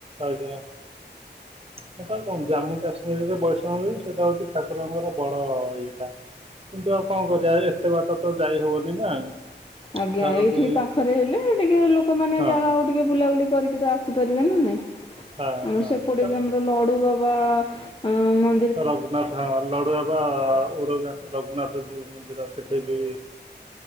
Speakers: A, on the right (about 30°); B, on the left (about 30°).
A: ଆଜ୍ଞା। ସେଟା କଣ ଜାମ୍ମୁ କାଶ୍ମୀରରେ ବୈଷ୍ଣବି ଦେବୀ ସେଇଟା ହଉଛି ଠାକୁରଙ୍କର ବଡ ଇଏଟା। କିନ୍ତୁ ଆଉ କଣ କରିବା ଏତେ ବାଟ ତ ଯାଇ ହବନି ନା।
B: ଆଜ୍ଞା
A: ତା'ର
B: ଏଇଠି
A: ବି
B: ପାଖରେ ହେଲେ ଟିକେ ଲୋକମାନେ
A: ହଁ
B: ଯାହା ହଉ ଟି, କିଏ ବୁଲାବୁଲି କରିକି ତ ଆସିପାରିବେ ନା ନାଇଁ
A: ହଁ
B: ଆମର
A: ହଁ
B: ସେପଟେ
A: ତାର
B: ବି ଆମର ଲଡୁ ବା ବା ଉଁ ମ
A: ରଘୁନାଥ ହଁ ଲଡୁବାବା ଓଡଙ୍ଗା ରଘୁନାଥ ଯୋଉ ମନ୍ଦିର ସେଠି ବି